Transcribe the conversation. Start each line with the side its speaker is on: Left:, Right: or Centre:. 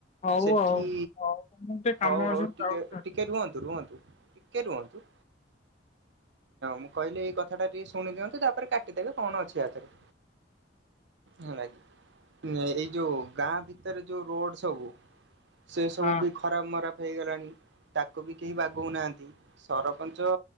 Left: ଆଉ
Right: ସେଠି
Left: ହଉ ଆଉ ହଉ ମୁଁ ଟିକେ କାମ
Right: ହଉ
Left: ଅଛି
Right: ହଉ
Left: ମୁଁ
Right: ଟିକେ
Left: ଯାଉଛି
Right: ଟିକେ ରୁହନ୍ତୁ ରୁହନ୍ତୁ। ଟିକେ ରୁହନ୍ତୁ। ମୁଁ କହିଲି ଏଇ କଥାଟା ଟିକେ ଶୁଣି ଦିଅନ୍ତୁ। ତାପରେ କାଟିଦେବେ, କଣ ଅଛି ଇଆଥେରେ। ହୁଁ, ଏଇ ଯୋଉ ଗାଁ ଭିତରେ ଯୋଉ ରୋଡ ସବୁ ସେ ସବୁ
Left: ହଁ
Right: ବି ଖରାପ ମରାପ ହେଇଗଲାଣି, ତାକୁ ବି କେହି ବାଗଉନାହାନ୍ତି। ସରପଞ୍ଚ